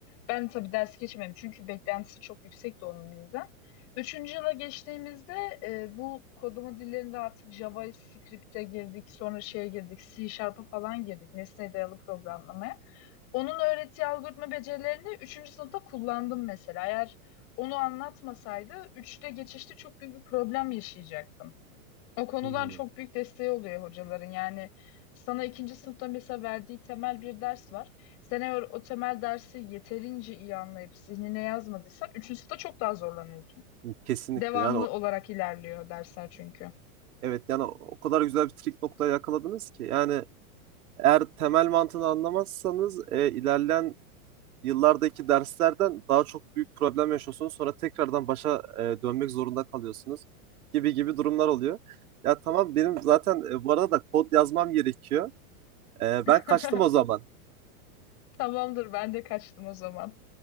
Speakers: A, on the left; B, on the right.
A: Ben tabii ders geçmedim çünkü beklentisi çok yüksekti onun bizden. Üçüncü yıla geçtiğimizde e, bu kodlama dillerinde artık JavaScript'e girdik, sonra şeye girdik, C Sharp'a falan girdik, nesne dayalı programlamaya. Onun öğrettiği algoritma becerilerini üçüncü sınıfta kullandım mesela. Eğer onu anlatmasaydı üçte geçişte çok büyük bir problem yaşayacaktım. O konudan
B: Hmm,
A: çok büyük desteği oluyor hocaların. Yani sana ikinci sınıfta mesela verdiği temel bir ders var. Sen eğer o temel dersi yeterince iyi anlayıp zihnine yazmadıysan üçüncü sınıfta çok daha zorlanıyorsun.
B: kesinlikle.
A: Devamlı
B: Yani o-
A: olarak ilerliyor dersler çünkü.
B: evet yani o o kadar güzel bir trik noktaya yakaladınız ki yani Eğer temel mantığını anlamazsanız e, ilerleyen yıllardaki derslerden daha çok büyük problem yaşıyorsunuz. Sonra tekrardan başa e, dönmek zorunda kalıyorsunuz gibi gibi durumlar oluyor. Ya tamam benim zaten e, bu arada da kod yazmam gerekiyor. E,
A: <laughs>
B: ben kaçtım o zaman.
A: Tamamdır, ben de kaçtım o zaman.